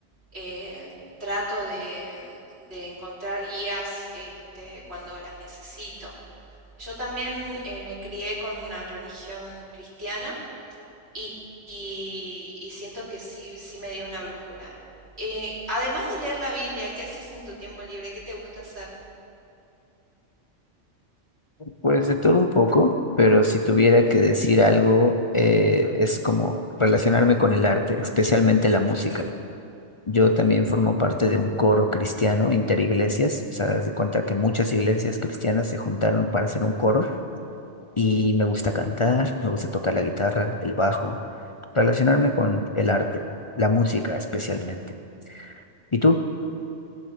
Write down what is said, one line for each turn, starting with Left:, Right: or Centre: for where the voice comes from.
Right: eh, trato de, de encontrar guías este, cuando las necesito. Yo también eh, me crié con una religión cristiana y, y- y siento que sí, sí me dio una brújula. Eh, además de leer la Biblia, ¿qué haces en tu tiempo libre? ¿Qué te gusta hacer?
Left: Pues de todo un poco, pero si tuviera que decir algo, eh, es como relacionarme con el arte, especialmente la música. Yo también formo parte de un coro cristiano interiglesias, o sea, das de cuenta que muchas iglesias cristianas se juntaron para hacer un coro Y me gusta cantar, me gusta tocar la guitarra, el bajo, relacionarme con el arte, la música especialmente. ¿Y tú?